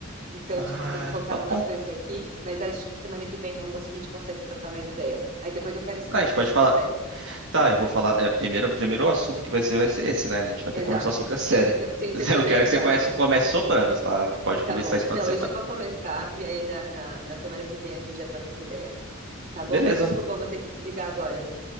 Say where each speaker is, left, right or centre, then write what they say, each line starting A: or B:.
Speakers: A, on the right; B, on the right.
A: Então,
B: Ah,
A: tipo, eu tenho que focar
B: tá
A: em umas
B: bom.
A: coisas aqui, mas acho que semana que vem no almoço a gente consegue trocar mais ideia. Aí depois eu quero saber
B: Ah, a gente
A: o que você
B: pode
A: achou
B: falar.
A: da série.
B: Tá, eu vou falar. É, primeiro, o primeiro assunto que vai ser vai ser esse, né? A gente vai
A: Exato.
B: ter que conversar sobre a série.
A: Não, eu tenho
B: <laughs>
A: certeza
B: Eu quero
A: que você
B: que
A: vai
B: você comece,
A: amar.
B: comece Sopranos, tá? Pode
A: Tá
B: conversar
A: bom.
B: esse final
A: Não,
B: de semana.
A: eu já vou começar e aí na, na, na semana que vem a gente já troca essa ideia. Tá bom?
B: Beleza,
A: Mas desculpa, eu vou ter que desligar agora.